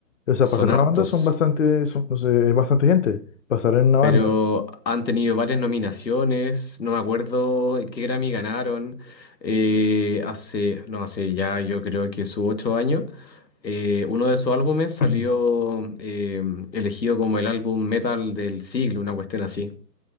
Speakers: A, on the left (about 45°); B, on the left (about 85°).
A: o sea,
B: son
A: pasar en
B: hartos.
A: una banda son bastante, son, pues, eh, es bastante gente, pasar en una banda.
B: Pero han tenido varias nominaciones, no me acuerdo qué Grammy ganaron. eh, hace, no, hace ya yo creo que sus 8 años, eh, uno de sus álbumes salió
A: <clears throat>
B: eh, elegido como el álbum metal del siglo, una cuestión así.